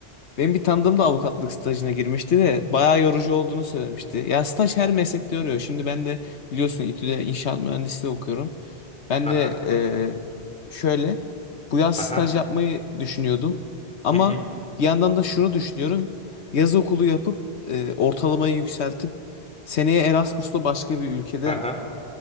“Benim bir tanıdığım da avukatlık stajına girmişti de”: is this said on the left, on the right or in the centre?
Left